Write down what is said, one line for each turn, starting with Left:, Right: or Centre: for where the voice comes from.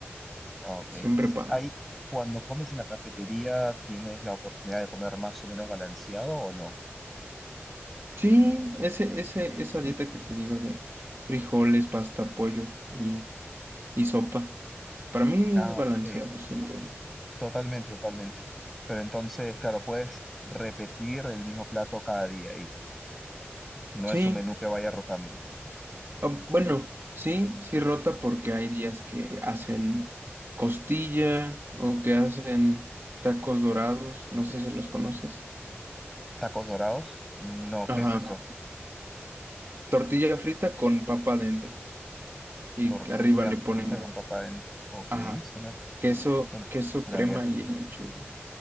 Centre: Ah, Ok,
Right: Siempre
Centre: y
Right: para.
Centre: ahí cuando comes en la cafetería, ¿tienes la oportunidad de comer más o menos balanceado o no?
Right: Sí, ese, ese, esa dieta que te digo de frijoles, pasta, pollo y y sopa. Para mí
Centre: Ah,
Right: es balanceado,
Centre: ok,
Right: siento yo.
Centre: totalmente, totalmente. Pero entonces, claro, puedes repetir el mismo plato cada día y no
Right: Sí,
Centre: es un menú que vaya rotando.
Right: ah, bueno, sí, sí rota porque hay días que hacen costilla o que hacen tacos dorados, no sé si los conoces.
Centre: ¿Tacos dorados? No,
Right: Ajá,
Centre: ¿qué es eso?
Right: tortilla frita con papa adentro y
Centre: Tortilla
Right: que arriba le ponen,
Centre: frita con papa adentro. Ok,
Right: ajá,
Centre: suena,
Right: queso,
Centre: suena,
Right: queso
Centre: suena
Right: crema
Centre: bien.
Right: y lechuga.